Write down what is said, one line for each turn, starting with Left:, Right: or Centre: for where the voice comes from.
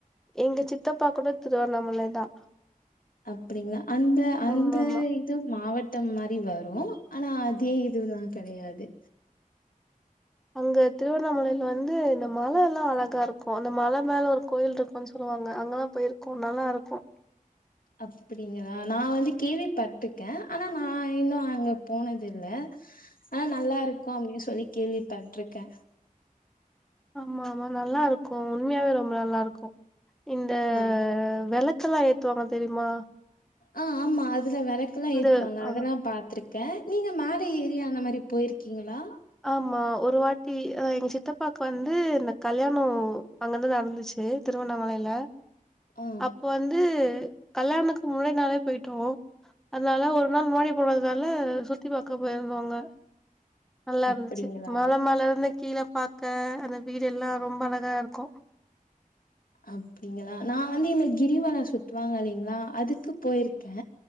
Centre: எங்க சித்தப்பா கூட திருவண்ணாமலைதா
Left: அப்டிங்ளா அந்த அந்த
Centre: ஆமா ஆமா
Left: இது மாவட்டம் மாரி வரூ ஆனா அதே இதுல்லா கெடையாது
Centre: அங்க திருவண்ணாமலைல வந்து இந்த மலல்லா அழகாருக்கு அந்த மல மேல ஒரு கோயில்ருக் கு சொல்லுவாங்க அங்கல்லா பொயிருக்கோ நல்லாருக்கோ
Left: அப்டிங்ளா நா வந்து கேள்வி பட்டுருகே ஆனா நா இன்னு அங்க போனதில்ல ஆனா நல்லாருக்கு அப்டின் சொல்லி கேள்விப்பட்ருக்கே
Centre: ஆமா ஆமா நல்லாருக்கு உண்மயாவே ரொம்ப நல்லாருக்கு இந்த
Left: ஆ
Centre: விளக்கெல்லா ஏத்துவாங்க தெரிமா
Left: ஆ ஆமா அதுல வெளக்கெல்லா
Centre: இந்த
Left: ஏத்துவாங்க அதெல்லா
Centre: அ
Left: பாத்ருக்கே நீங்க மேல ஏ த்தி அந்தமாரி பொயிருக்கீங்களா
Centre: ஆமா ஒரு வாட்டி அ எங்க சித்தப்பாக்கு வந்து இந்த கல்யாணோ அங்கதா நடந்துச்சு திருவண்ணாமலையில
Left: ஆ
Centre: அப்ப வந்து கல்யாணத்துக்கு முன்னாடி நறைய போயிட்டோ அதனால ஒரு நாள் முன்னாடி போனதுனாலே சுத்தி பாக்க பொயிருந்தோ அங்க நல்லா
Left: அப்டிங்களா
Centre: இருந்துச்சு மல மேலே இருந்து கீழே பாக்க அந்த வீடு எல்லா ரொம்ப அழகா இருக்கு
Left: அப்பிடிங்ளா நா வந்து இந்த கிரிவலோ சுத்துவாங்க இல்லைங்ளா அதுக்கு பொயிருக்கே